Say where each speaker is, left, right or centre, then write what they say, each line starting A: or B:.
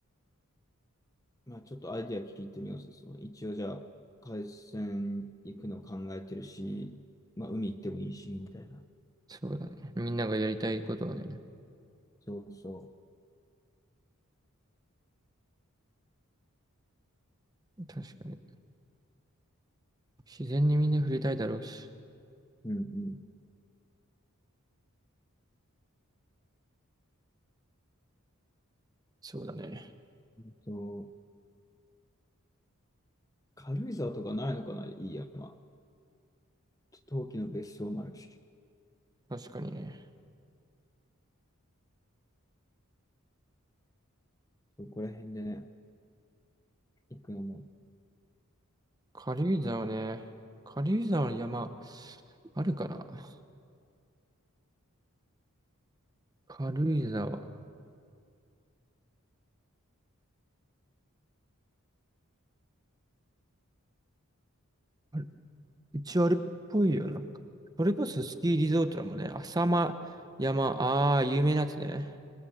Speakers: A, on the left; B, on the right.
A: まあ、ちょっとアイディア聞いてみようぜ。そう、一応じゃあ、海鮮行くの考えてるし、まあ、海行ってもいいし、みたいな。
B: そうだね。みんながやりたいことはね、
A: そうそ
B: 確かに。自然にみんな触れたいだろうし。
A: う。うんうん。
B: そうだね。
A: えっと、軽井沢とかないのかな、いい山。陶器の別荘もあるし、
B: 確かにね。
A: そこら辺でね、行くのも、
B: 軽井沢ね。軽井沢の山、あるかな軽井沢。ある一応あるっぽいよ。なんか。それこそスキーリゾートだもんね。浅間山、ああ、有名なやつね。